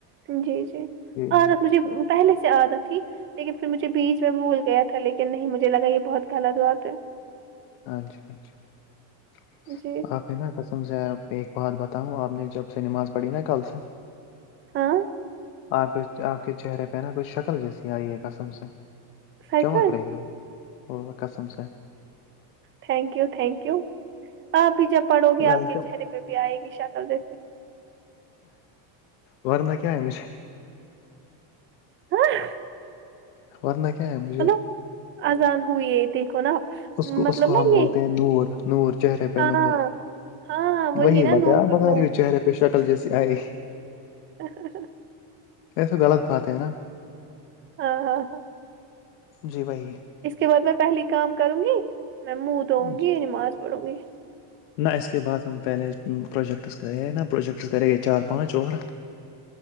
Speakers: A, on the right (about 25°); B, on the left (about 85°).
A: جی جی عادت
B: جی
A: مجھے پہلے سے عادت تھی لیکن پھر مجھے بیچ میں بھول گیا تھا لیکن نہیں مجھے لگا یہ بہت غلط بات ہے
B: اچھا اچھا
A: جی
B: بنا قسم سے ایک بات بتاؤوں آپ نے جب سے نماز پڑھی نا کل سے
A: ہاں
B: آپ کے آپ کے چہرے پہ نا کوھ شکل جیسی آئی ہے قسم سے
A: سچ
B: چمک
A: میں
B: رہی ہو وہ قسم سے
A: تھینک یو تھینک یو آپ بھی جب پڑو گے
B: ویلکم
A: آپ کے چہرے پہ بھی آئے گی شکل جیسی
B: ورنہ کیا ہے مجھے
A: <unintelligible>
B: ورننا کیا ہے مجھے
A: مطلب اذان ہوئی ہے دیکھو نا آپ
B: اس کو
A: مطلب
B: اس کو
A: نا
B: ہم بولتے
A: یہ
B: ہیں نور نور چہرے پہ
A: ہاں
B: نور
A: ہاں
B: وہی
A: نا
B: بتایا
A: نور
B: بتا
A: نور
B: رہی ہو چہرے پہ پہ شکل جیسی آئے
A: <inaudible> <unintelligible>
B: یہ تو غلط بات ہے نا
A: ہاں ہاں ہاں
B: جی بھائی
A: اس کے بعد میں پہلی کام کروں گی میں منہ دھووں گی
B: جی
A: نماز پڑوں گی
B: نہ اس کے بعد ہم پہلے پ پروجیکٹس کرے نا پروجیکٹس کرے گے چار پانچ اور